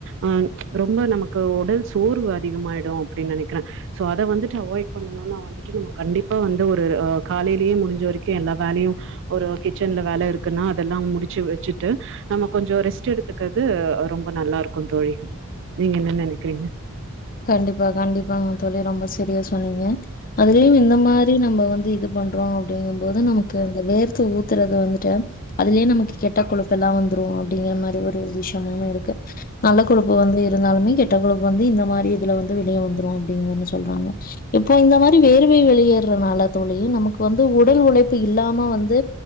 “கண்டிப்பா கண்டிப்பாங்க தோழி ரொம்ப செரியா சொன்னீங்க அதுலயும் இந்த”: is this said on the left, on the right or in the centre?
Left